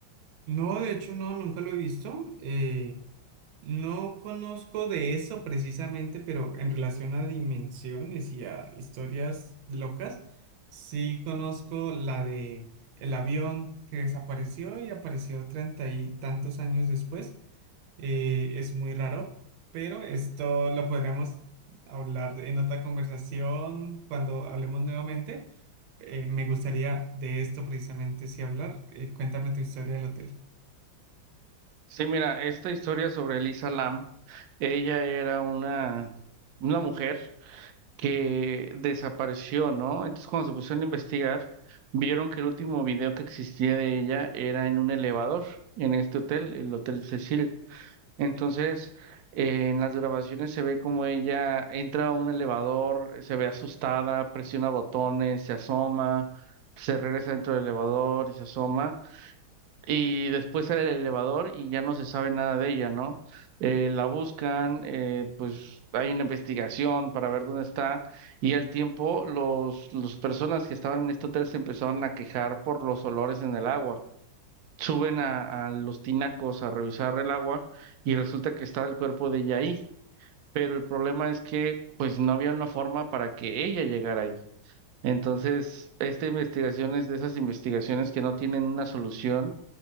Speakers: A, on the right; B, on the right.
A: No, de hecho, no, nunca lo he visto. eh, No conozco de eso precisamente, pero en relación a dimensiones y a historias locas, sí conozco la de el avión que desapareció y apareció treinta y tantos años después. Eh, es muy raro, pero esto lo podríamos hablar en otra conversación cuando hablemos nuevamente. Eh, me gustaría de esto precisamente sí hablar. Eh, cuéntame tu historia del hotel.
B: Sí, mira, esta historia sobre Elisa Lam, ella era una, una mujer que desapareció, ¿no? Entonces cuando se pusieron a investigar, vieron que el último video que existía de ella era en un elevador, en este hotel, el Hotel Cecil. Entonces, eh, en las grabaciones se ve como ella entra a un elevador, se ve asustada, presiona botones, se asoma, se regresa dentro del elevador y se asoma y después sale el elevador y ya no se sabe nada de ella, ¿no? Eh, la buscan, eh, pues hay una investigación para ver dónde está y al tiempo los, las personas que estaban en este hotel se empezaron a quejar por los olores en el agua. Suben a, a los tinacos a revisar el agua y resulta que estaba el cuerpo de ella ahí, pero el problema es que pues no había una forma para que ella llegara ahí. Entonces, esta investigación es de esas investigaciones que no tienen una solución